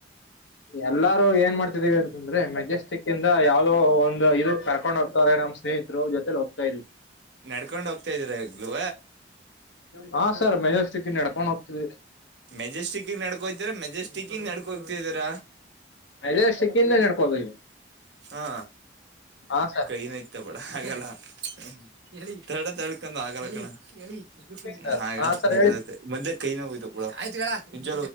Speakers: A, on the left; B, on the right.
A: ಎಲ್ಲಾರು ಏನ್ ಮಾಡ್ತಿದೀವಿ ಅಂತಂದ್ರೆ <unintelligible> ಜೆಸ್ಟಿಕ್ ಯಾವವು್ದೋ ಒಂದು ಇದು ಕರ್ಕೊಂಡ್ ಹೋಗ್ತಾರೆ ನಮ್ಮ ಸ್ನೇಹಿತರು ಜೊತೆಲಿ ಹೋಗ್ತಾ ಇದವಿ
B: ನಡ್ಕೊಂಡು ಹೋಗ್ತಾ ಇದಿದ್ದೀರಾ ಈಗ್ಲೂ
A: ಹಾ ಸರ್ ಮೆಜರ್್ಟಿಕ್ ನಡ್ಕೊಂಡ್ ಹೋಗ್ತವಿ
B: ಮೆಜೆಸ್ಟಿಕ್ಗ್ ನಡ್ಕೊೋತೀರ ಮೆಜೆಸ್ಟಿಕ್ಂಗ ನಡ್ಕೊ ಹೋಗತಿದರ
A: ಮೆಜೆಸ್ಟಿಕ್ ಇಂದ ನಡ್ಕೋಬೇಕ
B: ಹಾ
A: ಹಾ ಸರ್
B: ಕೈ <unintelligible> ಆಗಲ್ಲ ಹೇಳಿಡ ತಳ್ಕೊಂಡು ಆಗಲ್ಲ ಗಣ ಹೇಳ
A: ಸರ್
B: ಹಾಗಲ್ಲ
A: ಹಾ ಸರ್
B: ನಿಗ
A: ಹೇಳಿ
B: ಮೊದಲೇ ಕೈ ನೋ ಇದು ಆಯ್ತು ಹೇಳ ನಿಜ